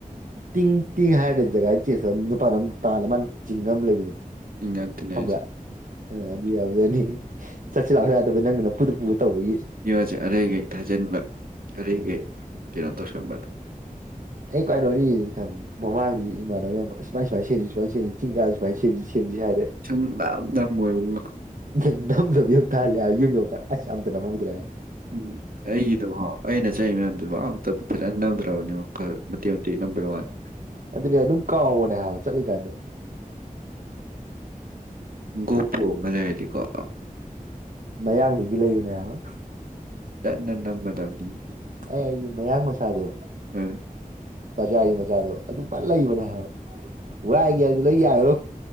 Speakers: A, on the right; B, on the right.
A: ꯇꯤꯡ ꯇꯤꯡ ꯍꯥꯏꯔꯒ ꯖꯒꯥ ꯆꯁ ꯅꯨꯄꯥꯅ ꯇꯥ ꯆꯤꯡ ꯑꯃ ꯂꯩꯕꯗꯣ
B: ꯁꯤꯡꯒꯥ ꯇꯅꯦꯖ
A: ꯈꯪꯕ꯭ꯔꯥ ꯑ ꯑꯗꯨ ꯌꯥꯎꯖꯅꯤ ꯆꯠꯁꯤ ꯂꯥꯛꯁꯨ ꯌꯥꯗꯕꯩ ꯅꯪꯒꯅ ꯄꯨꯗ ꯄꯨꯕ ꯇꯧꯕꯒꯤ
B: ꯌꯉꯣꯟꯁꯦ ꯑꯩꯗꯒꯤ ꯊꯥꯖꯤꯟꯕ ꯑꯔꯩꯒꯩ
A: ꯎꯝ
B: ꯀꯩꯅꯣ ꯇꯧꯁꯟꯕꯗꯣ
A: ꯑꯩ ꯀ <inaudible> ꯃꯃꯥꯡꯗꯨꯁꯨ ꯏꯃꯥꯟꯅꯕ ꯁ ꯆꯤꯡ ꯀꯥꯁꯨ ꯁꯦꯝ ꯁꯦꯝ ꯍꯥꯏ
B: ꯆꯗ ꯗꯃꯣꯏꯕꯨꯡꯅꯣ
A: ꯝꯗꯕꯝ <unintelligible> <inaudible> ꯈ ꯂꯩꯔꯒ ꯌꯥꯝꯗꯅ ꯃꯃꯗ꯭ꯔ
B: ꯎꯝ ꯑꯩꯒꯤꯗꯣ ꯍꯣ ꯑꯩꯅ ꯆꯠꯂꯤ ꯃꯌꯥꯝꯗꯨꯕꯨ ꯑꯝꯇ ꯐꯖꯅ ꯅꯝꯗ꯭ꯔꯕꯅꯣ ꯈꯔ ꯃꯇꯦꯛ ꯃꯇꯦꯛ ꯅꯝꯕꯩ ꯋꯥꯅꯤ
A: ꯑꯗꯨꯅꯦ ꯑꯗꯨꯝ ꯀꯥꯎꯉꯑꯣꯅꯦ ꯍꯥꯏꯕ ꯆꯠꯂꯤꯀꯥꯟꯗ
B: ꯒꯣꯄꯣ ꯃꯅꯦꯗꯤꯀꯥꯁ
A: ꯃꯌꯥꯡꯗꯨꯒꯤ ꯂꯩꯕꯅꯦ ꯍꯥꯏꯅ
B: ꯅ ꯅ ꯃꯗꯥꯅꯤ
A: ꯑꯩ ꯑꯩꯒꯤ ꯃꯌꯥꯡ ꯃꯆꯥꯗꯣ
B: ꯎꯝ
A: ꯕꯖꯥꯔꯒꯤ ꯃꯆꯥꯗꯣ ꯑꯗꯨꯝ ꯄꯜ ꯂꯩꯕꯅꯦꯕ ꯋꯥꯒꯦ ꯂꯩ ꯌꯥꯏꯔꯣ